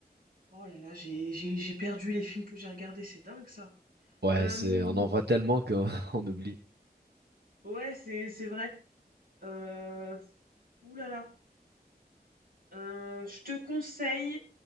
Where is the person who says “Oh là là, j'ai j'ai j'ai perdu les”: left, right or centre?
Right